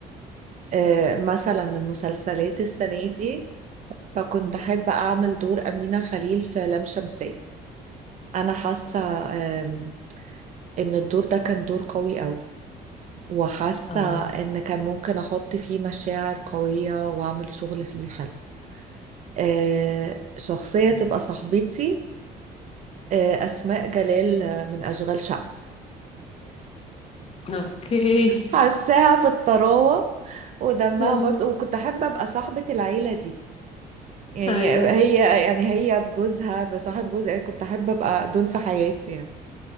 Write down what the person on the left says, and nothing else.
اه
مم.
اوكي
آه،
اي